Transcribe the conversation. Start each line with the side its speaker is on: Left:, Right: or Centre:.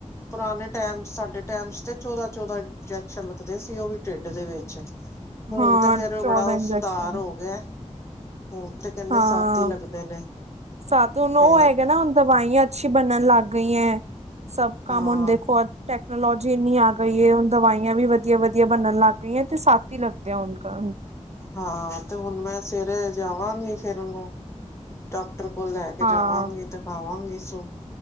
Left: ਪੁਰਾਣੇ ਟੈਮ ਚ ਸਾਡੇ ਟਾਈਮ ਚ ਤੇ ਚੌਦਾਂ- ਚੌਦਾਂ ਇੰਜੈਕਸ਼ਨ ਲੱਗਦੇ ਸੀ ਉਹ ਵੀ ਢੇਡ ਦੇ ਵਿੱਚ। ਹੁਣ
Right: ਹਾਂ
Left: ਤੇ ਫੇਰ
Right: ਚੌਦਾਂ
Left: ਬੜਾ ਉਹ
Right: ਇੰਜੈਕਸ਼ਨ
Left: ਸੁਧਾਰ ਹੋ ਗੇਆ ਹੁਣ ਤੇ। ਕਹਿੰਦੇ
Right: ਹਾਂ
Left: ਸੱਤ ਹੀ ਲੱਗਦੇ ਨੇ
Right: ਸਾਨੂੰ ਹੁਣ ਓ
Left: ਤੇ
Right: ਹੈਗਾ ਨਾ, ਹੁਣ ਦਵਾਈਆਂ। ਅੱਛੀ ਬਣਨ ਲੱਗ ਗਈਆ, ਸਭ ਕੰਮ
Left: ਹਾਂ
Right: ਹੁਣ ਦੇਖੋ ਅੱਜੈ ਟੈਕਨੋਲੋਜੀ ਇੰਨੀ ਆ ਗਈ ਏ, ਹੁਣ ਦਵਾਈਆਂ ਵੀ ਵੱਧੀਆ ਵੱਧੀਆ ਬਣਨ ਲੱਗ ਗਈਆਂ, ਇਥੇ ਸੱਤ ਈ ਲੱਗਦੇ ਹੁਣ ਤਾ
Left: ਹਾਂ ਤੇ ਹੁਣ ਮੈਂ ਸਵੇਰੇ ਜਾਵਾਂਗੀ ਫੇਰ ਉਹਨੂੰ ਡਾਕ ਡਾਕਟਰ ਕੋਲ ਲੈ ਕੇ
Right: ਹਾਂ
Left: ਜਾਵਾਂਗੀ, ਦਿਖਾਵਾਂਗੀ ਸੋ